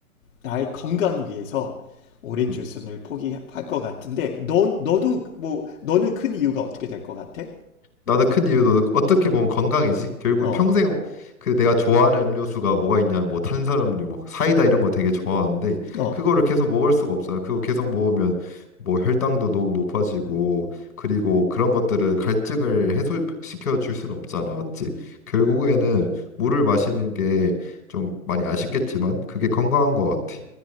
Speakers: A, on the left; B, on the left.
A: 나의 건강 위해서 오렌지
B: 응.
A: 주스를 포기할 것 같은데, 너 너도 뭐, 너는 큰 이유가 어떻게 될 것 같아?
B: 나도 큰 이유도 어떻게 보면 건강이지. 결국
A: 어,
B: 평생 그 내가 좋아하는 음료수가 뭐가 있냐, 뭐 탄산음료, 뭐 사이다 이런 거 되게 좋아하는데
A: 어.
B: 그거를 계속 먹을 수가 없어요. 그거 계속 먹으면 뭐 혈당도 너무 높아지고 그리고 그런 것들을 갈증을 해소시켜 줄 수는 없잖아, 맞지? 결국에는 물을 마시는 게 좀 많이 아쉽겠지만 그게 건강한 것 같아.